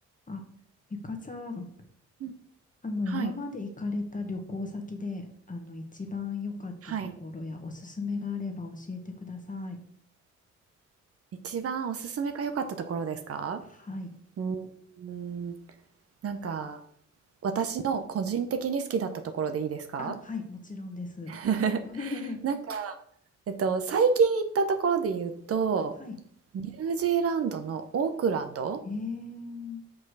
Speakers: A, on the left; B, on the right.
A: あ、ゆかさん、
B: うん、
A: あの、
B: はい、
A: 今まで行かれた旅行先で、あの、一番良かったところやおすすめがあれば教えてください。
B: はい。一番おすすめが良かったところですか
A: はい。
B: うーん、なんか私の個人的に好きだったところでいいですか
A: あ、はい、もちろんです。
B: <laughs>
A: <laughs>
B: なんか、えっと、最近行ったところで言うと、
A: はい。
B: ニュージーランドのオークランド、
A: えー、行